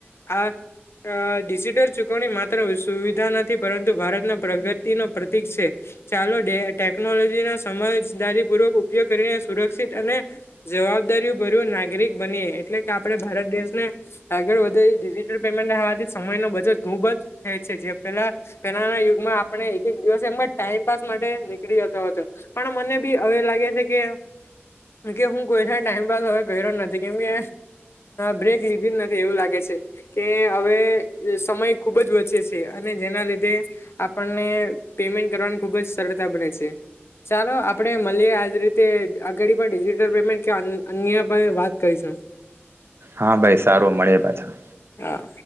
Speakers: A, on the left; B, on the right.
A: આ અ ડિજિટલ ચુકવણી માત્ર સુવિધા નથી પરંતુ ભારતના પ્રગતિ ન પ્રતિક છે ચાલો ડ ટેકનોલોજી ના સમજદારી પૂર્વક ઉપયોગ કરીને સુરક્ષિત અને જવાબદારીઓ ભર્યું નાગરિક બનીએ એટલે કે આપણે ભારત દેશને આગળ વધે ડિજટલ પેમેન્ટવાથી સમય ન બજ ખુબ જ થાય છે જે પેલા પેલા યુગમાં આપણે એક એક દિવસ એમ ટાઈપ માટે નીકળી જતો હતો પણ મને બી હવે લાગે છે ગ કે હું કોઈ ટાઈમપ હવે કર્યો નથી કેમકે બ્રેક લીધી નથી એવું લાગે છે કે હવે સમય ખુબ જ વચે છે અને જેના લીધે આપણને પેમેન્ટ કરવાની ખુબ જ સરળતા બને છે ચાલો આપણે મલીએ આજ રી તે આગડી પણ ડિજિટલ પેમેન્ટ કે અન્ય પણ વાત <unintelligible>
B: હા ભાઈ સારું મળીએ પાછા
A: હા.